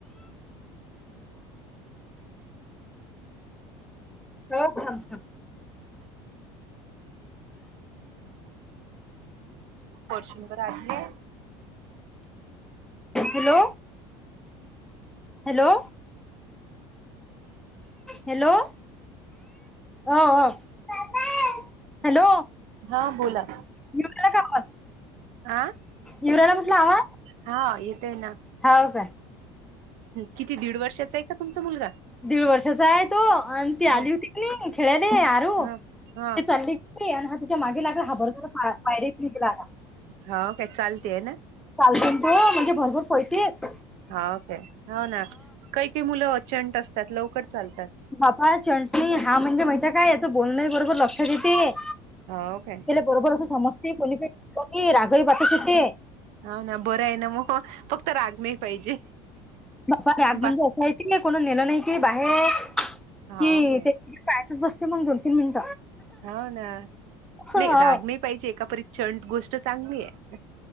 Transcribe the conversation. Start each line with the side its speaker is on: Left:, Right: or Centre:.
Centre: हो खां
Right: पशंवर आले
Centre: हॅलो हॅलो हॅलो हॅलो
Right: हा बोला
Centre: मिळला कावाज
Right: हा
Centre: यिवराला म्हटलं हवा
Right: हा येतय ना
Centre: हो का
Right: किती दीड वर्षाचा आहे का तुमचा मुलगा
Centre: दीड वर्षाचा आहे तो आणि ती
Right: ह
Centre: आली होती की नाही खेळाले हरू
Right: ह.
Centre: ते चालली आणि ह त्याच्या मागे लागड हाबर पायरेेत निघेला आता
Right: हा काय चालतेय ना
Centre: चालत ना तू म्हणजे भरपूर पळतीस
Right: हाकय हो ना काही काही मुलं अचंड असतात लवकर चालतात
Centre: बापा चंटणी हा म्हणजे माहित काय याचं बोलणं बरोबर लक्षात देते
Right: हा काय
Centre: ले बरोबरोस सस्त कोनीी रागवी बाती शतेे
Right: हा ना बरं आहे ना मग फक्त राग नाही पाहिजे
Centre: सफा राग
Right: बाकी
Centre: म्हणजे असा आहे क को नेलं नाही की बाहेर
Right: हाव
Centre: कि
Right: काय
Centre: ते पायातच बसते मग दो तीन मिनट
Right: हा ना
Centre: हो
Right: नाही राग नाही पाहिजे एकापरी छंड गोष्ट चांगली आहे